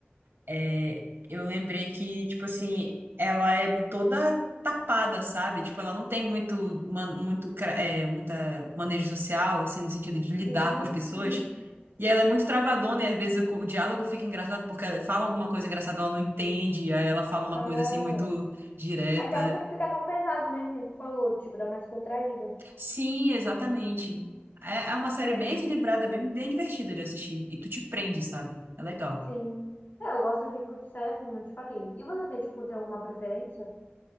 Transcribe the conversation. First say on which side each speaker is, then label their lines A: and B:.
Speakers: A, on the right (about 70°); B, on the left (about 50°).
A: É, eu lembrei que, tipo assim, ela é toda tapada, sabe? Tipo, ela não tem muito, man- muito, cra- é, muita manejo social, assim, no sentido de lidar
B: Sim.
A: com as pessoas.
B: <laughs>
A: E ela é muito travadona, e às vezes o, o diálogo fica engraçado, porque ela fala alguma coisa engraçada, ela não entende, aí ela fala uma
B: Ah,
A: coisa, assim, muito direta.
B: acaba que não fica tão pesado, né? Que nem tu falou, tipo, dá mais contraída.
A: Sim, exatamente. É, é uma série
B: É,
A: bem equilibrada, bem, bem divertida de assistir. E tu te prende, sabe? É legal.
B: sim. É, eu gosto de, tipo, de série assim, eu te falei. E você tem, tipo, tem alguma preferência